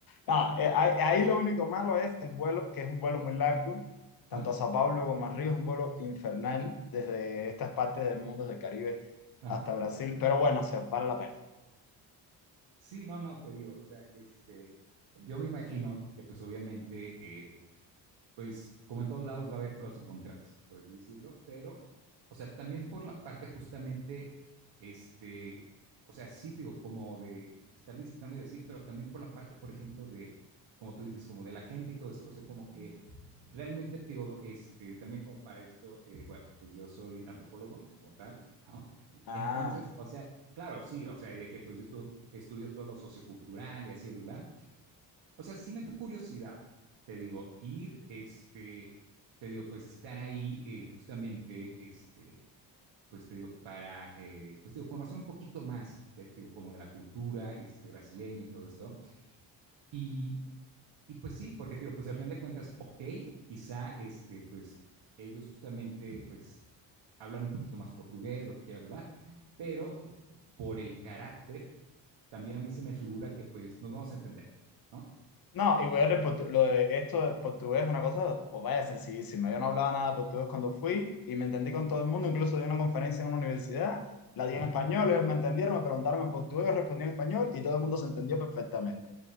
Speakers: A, on the left (about 50°); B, on the right (about 75°).
A: No, eh, ahí, ahí lo único malo es el vuelo, que es un vuelo muy largo, tanto
B: ajá,
A: a Sao Paulo como a Río, es un vuelo infernal desde estas partes del mundo del Caribe
B: ajá.
A: hasta Brasil, pero bueno, o sea, vale la pena.
B: sí, no, no, te digo, o sea, este, yo me imagino que pues obviamente eh, pues como en todos lados va a haber pros y contras, por así decirlo, pero, o sea, también por la parte justamente, este, o sea, sí, digo, como de estar visitando y así, pero también por la parte, por ejemplo, de, como tú dices, como de la gente y todo eso, o sea, como que realmente, digo, este, también como para esto, eh, bueno, pues yo soy antropólogo como tal, ajá.
A: Ah.
B: entonces, o sea, claro, sí, o sea, y de que pues yo estu- estudio todo lo sociocultural y así, bla, bla, o sea, sí me da curiosidad, te digo, ir, este, te digo, pues estar ahí eh, justamente, este, pues te digo, para, eh, pues te digo, conocer un poquito más, de, te digo, como de la cultura este, brasileña y todo esto. Y, y pues sí, porque te digo, pues al final de cuentas, ok, quizá, este, pues ellos justamente, pues hablan un poquito más portugués, lo que quieras, ¿verdad? Pero por el carácter, también a mí se me figura que pues nos vamos a entender, ¿no?
A: No, y weón, el portu- lo de esto de portugués es una cosa, o vaya, sencillísima. Yo no hablaba nada de portugués cuando fui y me entendí con todo el mundo, incluso di una conferencia en una universidad, la di
B: Ajá,
A: en español, ellos me entendieron, me preguntaron en portugués, yo respondí en español y todo el mundo se entendió perfectamente.